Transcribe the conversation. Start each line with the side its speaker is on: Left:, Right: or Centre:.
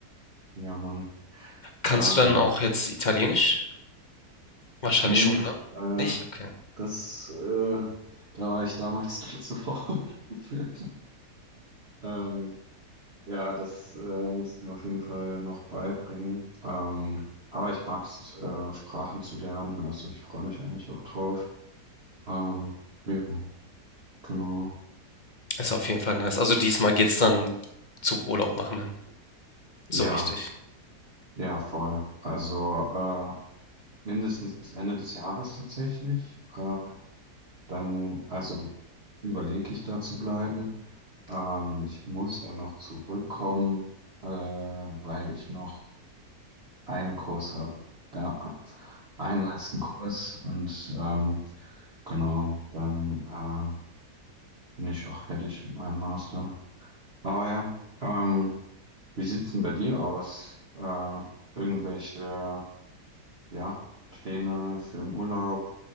Right: ja, Mann.
Left: Kannst
Right: Ähm,
Left: du dann auch jetzt Italienisch? Wahrscheinlich
Right: nee,
Left: schon, ne?
Right: äh,
Left: Nicht? Okay.
Right: das, äh, da war ich damals <laughs> zu faul für. Ähm, ja, das äh, mussten mir auf jeden Fall noch beibringen. Ähm, aber ich mag es, äh, Sprachen zu lernen. Also ich freue mich eigentlich auch drauf. Ähm, ja, genau.
Left: Ist auf jeden Fall nice. Also diesmal geht's dann zum Urlaub machen hin. So
Right: Ja,
Left: richtig.
Right: ja, voll. Also äh, mindestens bis Ende des Jahres tatsächlich. Ähm, dann, also überlege ich da zu bleiben. Ähm, ich muss dann noch zurückkommen, äh, weil ich noch einen Kurs habe. Ja, einen Ja. letzten Kurs und ähm, genau, dann äh, bin ich auch fertig mit meinem Master. Aber ja, ähm, wie sieht's denn bei dir aus? Äh, irgendwelche, ja, Pläne für den Urlaub,